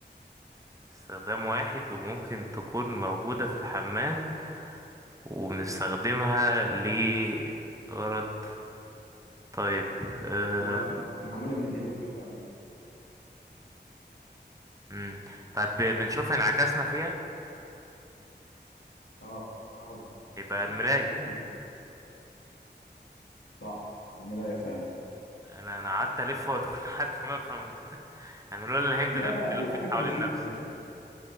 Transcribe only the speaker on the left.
واحد ومعموله من الازاز بالكامل
اه اه
شفت سهله صح الملايه فعلا
لا
لا وحاجة
بسيطة
هي شفتي